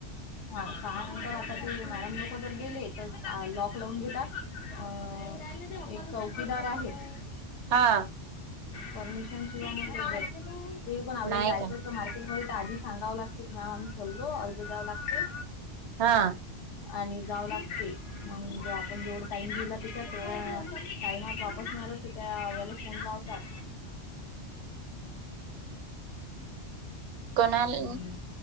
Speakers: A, on the left; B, on the right.
A: हा सहा नंतर आता ते मॅडम लोक जर गेले तर लॉक- क लावून घेतात अ एक चौकीदार आहे. <inaudible>
B: हा
A: परमिशन शिवाय नाही ते पण आपल्याला
B: नाही
A: जायचं
B: का
A: असत मार्केट- आधी सांगावं लागते की मॅम आम्ही चाललो अर्ज द्याव लागते.
B: हा
A: आणि जावं लागते. म्हणजे आपण जेवढ टाइम दिला, तिच्या टाइमात वापस नाही आलो तिथ याला फोन लाव-
B: कोणाला
A: <unintelligible> हं